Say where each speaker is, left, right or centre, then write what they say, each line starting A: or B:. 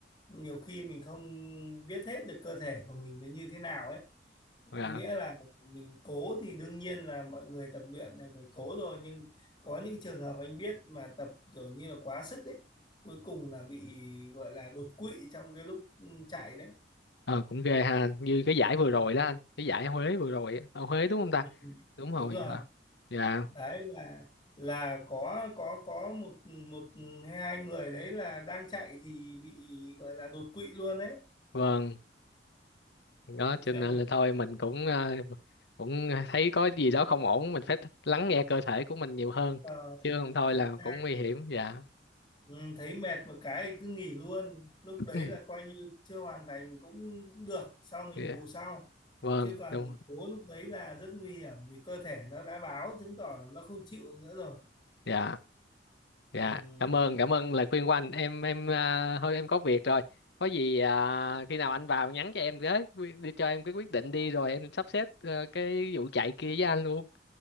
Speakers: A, on the left; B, on the left.
A: Nhiều khi mình không biết hết được cơ thể của mình nó như thế nào ấy. Nghĩa
B: dạ
A: là mình cố thì đương nhiên là mọi người tập luyện là phải cố rồi nhưng có những trường hợp anh biết mà tập kiểu như là quá sức ấy, cuối cùng là bị gọi là đột quỵ trong cái lúc ừ, chạy đấy.
B: ờ cũng ghê ha như cái giải
A: Ừ,
B: vừa rồi đó anh cái giải Huế vừa rồi ở Huế đúng không ta
A: ừ, ừ.
B: đúng
A: đúng
B: rồi
A: rồi.
B: hả dạ
A: đấy là là có có có một một hay hai người đấy là đang chạy thì bị gọi là đột quỵ luôn đấy
B: vâng đó cho
A: cho
B: nên
A: nên là
B: là thôi mình cũng ờ, cũng thấy có gì đó không ổn mình phải lắng nghe cơ thể của mình nhiều hơn
A: ờ,
B: chứ không thôi
A: thì
B: là
A: ra,
B: cũng nguy hiểm dạ <coughs>
A: ừ, thấy mệt một cái thì cứ nghỉ luôn lúc
B: <clears throat>
A: đấy là coi như chưa hoàn thành cũng, cũng được sau mình
B: Dạ,
A: bù sau
B: vâng
A: chứ còn
B: đúng
A: bố lúc đấy là rất nguy hiểm vì cơ thể nó đã báo chứng tỏ là nó không chịu nữa rồi
B: dạ dạ
A: ừ.
B: cảm ơn cảm ơn lời khuyên của anh em em à, thôi em có việc rồi có gì à, khi nào anh vào nhắn cho em với Quy- đi cho em cái quyết định đi rồi em sắp xếp ờ, cái vụ chạy kia với anh luôn